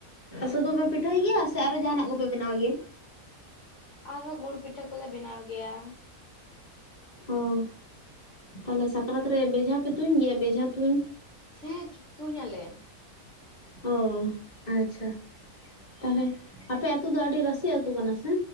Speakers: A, on the left; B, on the left.
A: ᱥᱩᱫᱷᱩᱯᱮ ᱯᱤᱴᱷᱟᱹᱭ ᱜᱮᱭᱟ ᱥᱮ ᱟᱨᱚ ᱦᱚ ᱡᱟᱦᱟᱱᱟᱜ ᱠᱚᱯᱮ ᱵᱮᱱᱟᱣ ᱜᱮᱭᱟ?
B: ᱟᱨᱦᱚᱸ ᱜᱩᱲ ᱯᱤᱴᱷᱟᱹ ᱠᱚᱞᱮ ᱵᱮᱱᱟᱣ ᱜᱮᱭᱟ᱾
A: ᱚᱸ ᱛᱟᱦᱚᱞᱮ ᱥᱟᱼᱼ ᱥᱟᱠᱨᱟᱛ ᱨᱮ ᱵᱮᱡᱷᱟ ᱯᱮ ᱛᱩᱧ ᱜᱮᱭᱟ ᱵᱮᱡᱷᱟ ᱛᱩᱧ?
B: ᱦᱮᱸ ᱛᱩᱧ ᱟᱞᱮ ᱾
A: ᱚᱻ ᱟᱪᱪᱷᱟ ᱛᱟᱦᱞᱮ ᱟᱯᱮ ᱟᱹᱛᱩ ᱫᱚ ᱟᱹᱰᱤ ᱨᱟᱥᱤ ᱟᱹᱛᱩ ᱠᱟᱱᱟ ᱥᱮ